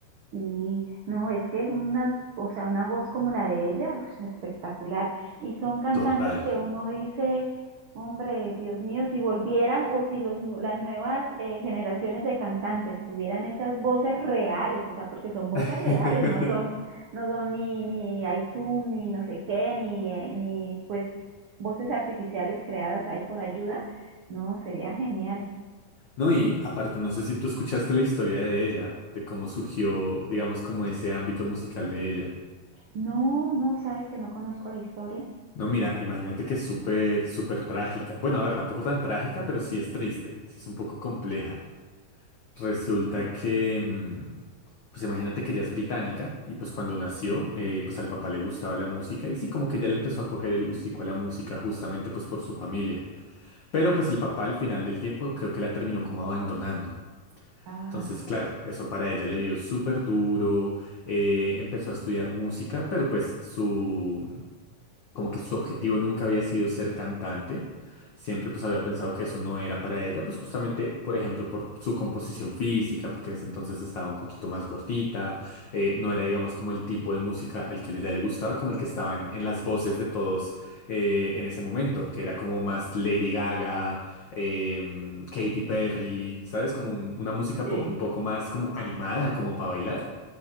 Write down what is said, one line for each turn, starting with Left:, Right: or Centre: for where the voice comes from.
Right: Y no, es que unas, o sea, una voz como la de ella, ush, espectacular. Y son cantantes
Left: Total.
Right: que uno dice, hombre, Dios mío, si volvieran o si los nu- las nuevas eh, generaciones de cantantes tuvieran esas voces reales, o sea, porque son voces
Left: <laughs>
Right: reales, no son, no son ni, ni iTunes, ni no sé qué, ni, eh, ni pues voces artificiales creadas ahí con ayuda, no, sería genial.
Left: No, y aparte, no sé si tú escuchaste la historia de ella, de cómo surgió, digamos, como ese ámbito musical de ella.
Right: No, no, sabes que no conozco la historia.
Left: No, mira, imagínate que es súper, súper trágica. Bueno, a ver, tampoco tan trágica, pero sí es triste, sí es un poco compleja. Resulta
Right: Sí.
Left: que, mm, pues imagínate que ella es británica y pues cuando nació, eh, pues al papá le gustaba la música y sí, como que ya le empezó a coger el gustico a la música justamente pues por su familia. Pero pues el papá al final del tiempo creo que la terminó como abandonando.
Right: Ah.
Left: Entonces, claro, eso para ella le dio súper duro, eh, empezó a estudiar música, pero pues su, como que su objetivo nunca había sido ser cantante, siempre pues había pensado que eso no era para ella, pues justamente, por ejemplo, por su composición física, porque en ese entonces estaba un poquito más gordita, eh, no era, digamos, como el tipo de música al que ella le gustaba, como el que estaba en, en las voces de todos eh, en ese momento, que era como más Lady Gaga, em, Katy Perry, ¿sabes? Como un- una música
Right: Sí.
Left: pop un poco más como animada, como para bailar.